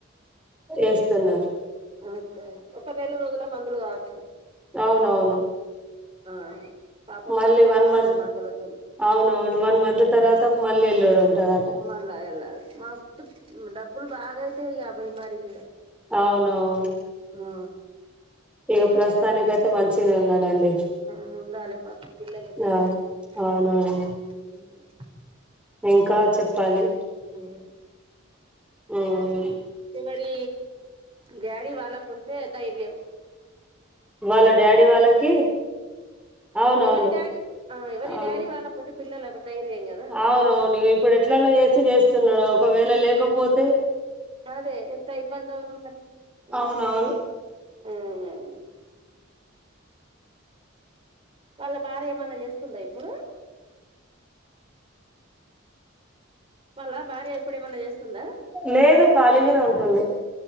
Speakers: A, in the centre; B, on the right.
A: ఏస్తున్నారు
B: ఆగుతాయని ఒక నెల రోజుల మందులు కావచ్చు
A: అవునవును
B: ఆ పాపం
A: మళ్ళీ
B: తక్కువ
A: వన్
B: కావాలి
A: మంత్
B: మందులతోని
A: అవున అవును వన్ మంత్ తర్వాత మళ్ళీ వెళడు అంటాడట
B: <unintelligible> ఇలాలా మస్తు డబ్బులు బాగా అయితే ఇ అభైమారికి ఇ
A: అవునవు
B: ఆ
A: ఇగ ప్రస్తుతానిక అయితే మంచినే ఉన్నాడండి
B: అవును ఉండాలి పాప పిల్లలు మరి
A: అవును అవునవును
B: <unintelligible>
A: ఇంకా చెప్పాలి
B: ఉం
A: ఉం
B: తే మరి డాడీ వాళ్ళకు ఉంటే ధైర్యం
A: వాళ్ళ డాడీ వాళ్ళకి అవునవును
B: ఎవరి డాడీ ఆ ఎవరి
A: అవును
B: డాడీ వాళ్ళకుంటే పిల్లలకి దైర్యం కదా
A: అవునవును ఇప్పుడు ఎట్లానే చేసి చేస్తున్నాడు ఒకవేళ లేకపోతే
B: అదే ఎంత ఇబ్బందవను మరి ఉం
A: అవునవును
B: ఉం వాళ్ళ బార్య ఏమన్నా చేస్తుందా ఇప్పుడు వాళ్ళ భార్య ఇప్పుడు ఏమన్నా చేస్తుందా
A: లేదు ఖాళీగానే ఉంటుంది